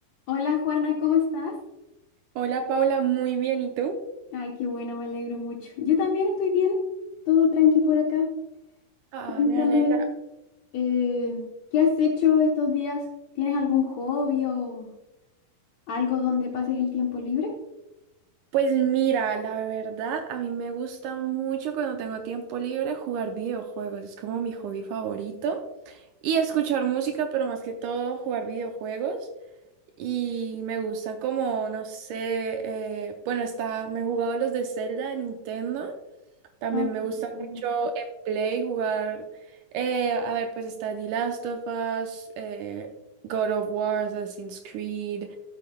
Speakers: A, on the left; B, on the right.
A: Hola Juana, ¿cómo estás?
B: Hola Paula, muy bien, ¿y tú?
A: Ay, qué bueno, me alegro mucho. Yo también estoy bien, todo tranqui por acá.
B: Ah,
A: Cuéntame,
B: me alegra.
A: eh, ¿qué has hecho estos días? ¿Tienes algún hobby o algo donde pases el tiempo libre?
B: Pues mira, la verdad, a mí me gusta mucho cuando tengo tiempo libre jugar videojuegos. Es como mi hobby favorito. Y escuchar música, pero más que todo jugar videojuegos. Y me gustan como, no sé, eh, bueno, está, me he jugado los de Zelda de Nintendo. También
A: Ay, qué
B: me gusta
A: entretenido.
B: mucho en Play jugar, eh, a ver, pues está The Last of Us, eh, God of War, Assassin's Creed,